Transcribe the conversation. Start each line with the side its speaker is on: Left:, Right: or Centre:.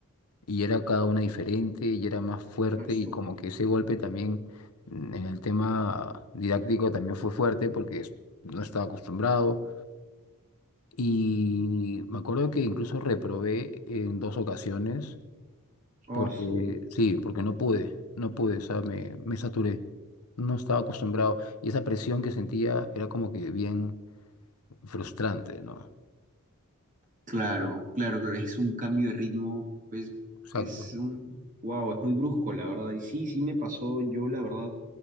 Left: y era cada una diferente, y era más fuerte,
Right: Asu,
Left: y como que ese golpe también mm, en el tema didáctico también fue fuerte porque es- no estaba acostumbrado. Y me acuerdo que incluso reprobé en dos ocasiones
Right: asu.
Left: porque, sí, porque no pude, no pude, o sea, me, me saturé. No estaba acostumbrado. Y esa presión que sentía era como que bien frustrante, ¿no?
Right: Claro, claro, claro, es un cambio de ritmo, pues
Left: Exacto.
Right: es un, wow, es muy brusco, la verdad. Y sí, sí me pasó, yo la verdad